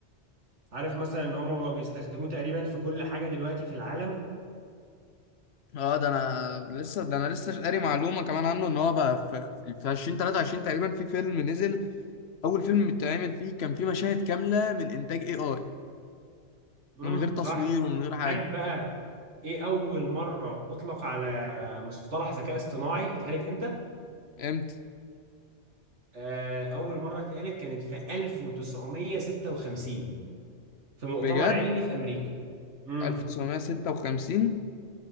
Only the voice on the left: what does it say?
اه ده انا لسه ده انا لسه قاري معلومة كمان عنه ان هو بقى في في في 2023 تقريبا في فيلم نزل اول فيلم اتعمل فيه كان فيه مشاهد كاملة من انتاج اي اي
من غير تصوير
ومن غير حاجة
امتى؟
بجد
1956